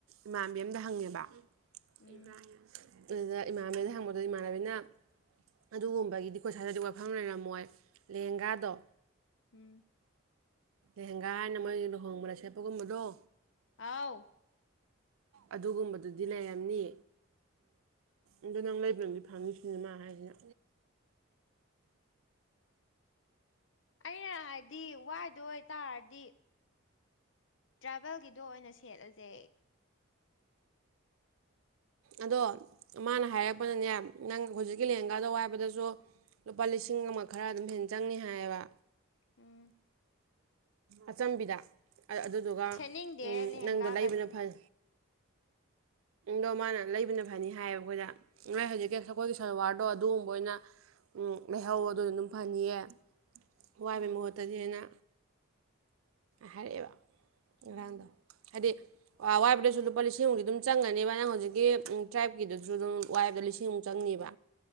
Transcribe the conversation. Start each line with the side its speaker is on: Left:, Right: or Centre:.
Right: ꯏꯃꯥꯟꯕꯤ ꯑꯃꯗ ꯍꯪꯉꯦꯕ
Left: ꯎꯝ
Right: ꯏꯕ꯭ꯔꯥꯍꯤꯝ ꯑꯗꯨꯗ ꯏꯃꯥꯟꯕꯤꯅ ꯍꯪꯕꯗ ꯏꯃꯥꯟꯅꯕꯤꯅ ꯑꯗꯨꯒꯨꯝꯕꯒꯤꯗꯤ ꯀꯣꯏ ꯁ꯭ꯋꯥꯏꯗꯗꯤ ꯋꯥꯐꯝ ꯂꯩꯔꯝꯃꯣꯏ ꯂꯦꯍꯦꯡꯒꯥꯗꯣ
Left: ꯎꯝ
Right: ꯎꯝ ꯀꯥꯏꯅ ꯃꯣꯏ ꯂꯨꯍꫭꯡꯕꯗ ꯁꯦꯄꯒꯨꯝꯕ ꯅ <unintelligible>
Left: ꯑꯑꯣ
Right: ꯑꯗꯨꯒꯨꯝꯕꯗꯨꯗꯤ ꯂꯩꯔꯝꯅꯤ ꯑꯗꯣ ꯅꯪ ꯂꯩꯕ ꯅꯪꯗꯤ ꯐꯥꯝꯃꯤꯁꯤꯅꯤꯅ ꯃꯥ ꯍꯥꯏꯁꯤꯅ
Left: ꯑꯩꯅ ꯍꯥꯏꯗꯤ ꯋꯥꯏꯗꯣꯏꯇꯥꯔꯗꯤ ꯇ꯭ꯔꯥꯏꯚꯦꯜꯒꯤꯗꯣ ꯑꯣꯏꯅ ꯁꯦꯠꯂꯁꯦ
Right: ꯑꯗꯣ ꯃꯥꯅ ꯍꯥꯏꯔꯛꯄꯅꯅꯦ ꯅꯪ ꯍꯧꯖꯤꯛꯀꯤ
Left: ꯎꯝ
Right: ꯂꯦꯍꯪꯒꯥꯗ ꯋꯥꯏꯕꯗ ꯁꯨ ꯂꯨꯄꯥ ꯂꯤꯁꯤꯡ ꯑꯃ ꯈꯔ ꯑꯗꯨꯝ ꯍꯦꯟꯅ ꯆꯪꯅꯤ ꯍꯥꯏꯌꯦꯕ
Left: ꯎꯝ
Right: ꯑꯆꯝꯕꯤꯗ ꯑꯗꯨꯗꯨꯒ
Left: ꯁꯦꯠꯅꯤꯡꯗꯦ ꯂꯦꯍꯦꯡꯒꯥꯒꯗꯤ
Right: ꯅꯪꯗ ꯂꯩꯕꯅ ꯐꯩ ꯗꯣ ꯃꯥꯅ ꯂꯩꯕꯅ ꯐꯅꯤ ꯍꯥꯏꯌꯦꯕ ꯑꯩꯈꯣꯏꯗ ꯅꯣꯏ ꯍꯧꯖꯤꯛꯀꯤ ꯑꯩꯈꯣꯏꯒꯤ ꯁꯔꯋꯥꯔꯗꯣ ꯑꯗꯨꯒꯨꯝꯕ ꯑꯣꯏꯅ ꯂꯩꯍꯧꯋꯣ ꯑꯗꯨꯅ ꯑꯗꯨꯝ ꯐꯅꯤꯌꯦ ꯋꯥꯏꯕꯩ ꯃꯍꯨꯠꯇꯗꯤ ꯍꯟꯅ ꯍꯥꯏꯔꯛꯏꯔꯣ
Left: ꯎꯝ
Right: ꯋꯥꯥꯡꯗ ꯍꯥꯏꯗꯤ ꯑ ꯋꯥꯏꯕꯗꯁꯨ ꯂꯨꯄꯥ ꯂꯤꯁꯤꯡꯃꯨꯛꯇꯤ ꯑꯗꯨꯝ ꯆꯪꯒꯅꯦꯕ ꯅꯪ ꯍꯧꯖꯤꯛꯀꯤ ꯇ꯭ꯔꯥꯏꯞꯀꯤꯗꯨꯁꯨ ꯑꯗꯨꯝ ꯋꯥꯏꯕꯗ ꯂꯤꯁꯤꯡꯃꯨꯛ ꯆꯪꯅꯤꯕ